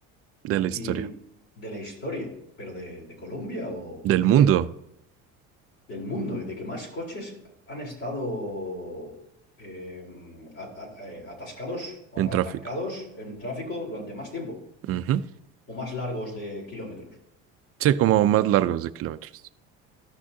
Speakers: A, on the right (about 45°); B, on the left (about 45°).
A: de la historia,
B: y de la historia, pero de, de Colombia o
A: del
B: incluso
A: mundo
B: del mundo y de que más coches han estado eh, a- a- eh, atascados o
A: en tráfico.
B: atrancados en tráfico durante más tiempo
A: ujú.
B: o más largos de kilómetros.
A: Sí, como más largos de kilómetros.